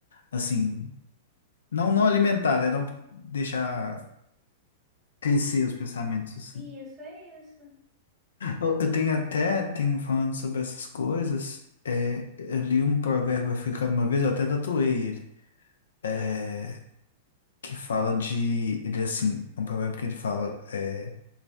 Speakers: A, on the left; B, on the right.
A: assim, não, não alimentar, né? Não deixar crescer os pensamentos, assim.
B: isso é isso.
A: Eu, eu tenho até, tenho falando sobre essas coisas, é, eu li um provérbio africano uma vez, eu até tatuei ele. É, que fala de. Ele é assim, é um provérbio que ele fala: é,